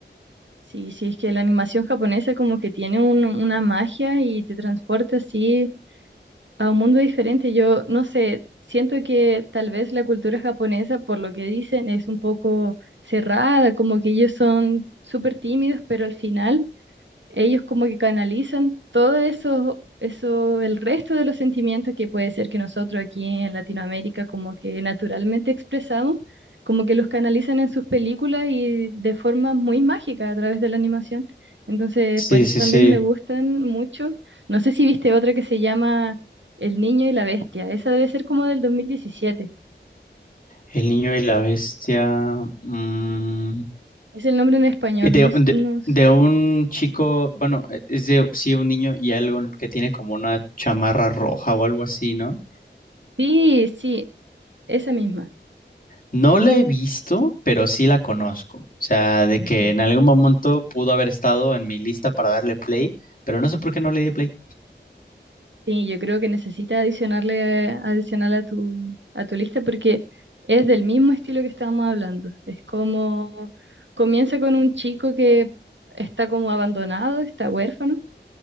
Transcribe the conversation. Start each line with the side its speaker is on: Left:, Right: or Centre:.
Right: Sí, sí, es que la animación japonesa como que tiene un- una magia y te transporta así a un mundo diferente. Yo no sé, siento que tal vez la cultura japonesa, por lo que dicen, es un poco cerrada, como que ellos son súper tímidos, pero al final ellos como que canalizan todo eso, eso, el resto de los sentimientos que puede ser que nosotros aquí en Latinoamérica como que naturalmente expresamos, como que los canalizan en sus películas y de forma muy mágica a través de la animación. Entonces,
Left: Sí,
Right: por eso
Left: sí,
Right: también
Left: sí.
Right: me gustan mucho. No sé si viste otra que se llama El niño y la bestia. Esa debe ser como del dos mil diecisiete
Left: El niño y la bestia. mm,
Right: Es el nombre en español.
Left: de,
Right: No, s-
Left: de-
Right: no sé.
Left: de un chico, bueno, e, es de sí, un niño y algo que tiene como una chamarra roja o algo así, ¿no?
Right: Sí, sí, esa misma.
Left: No la he visto, pero sí la conozco. O sea, de
Right: Ujú.
Left: que en algún momento pudo haber estado en mi lista para darle play, pero no sé por qué no le di play.
Right: Sí, yo creo que necesitas adicionarle, adicional a tu, a tu lista porque es del mismo estilo que estábamos hablando. Es como comienza con un chico que está como abandonado, está huérfano,